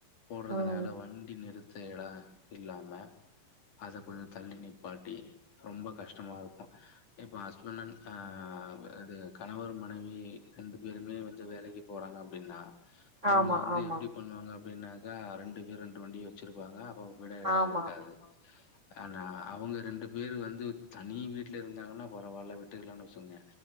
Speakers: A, on the left (about 65°); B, on the right (about 30°).
A: போடறதுனால
B: ம்
A: வண்டி நிறுத் எட இல்லாம அத கொஞ்ச தள்ளி நிப்பாட்டி ரொம்ப கஷ்டமா இருக்கு இப்போ ஹஸ்பண்ட அன் ஆ இது கணவர் மனைவி ரெண்டு பேருமே வந்து வேலைக்கு போறாங்க அப்டின்னா அவங்க
B: ஆமா
A: வந்து
B: ஆமா
A: எப்டி பண்வாங்க அப்படின்னா ஆ ரெண்டு பேர் ரெண்டு வண்டி வச்சிருப்பாங்க போக கூட எட
B: ஆமா
A: இருக்காது ஆனா அவங்க ரெண்டு பேரு வந்து தனி வீட்ல இருந்தாங்கனா பரவால்ல விட்டுக்கலான்னு சொன்னே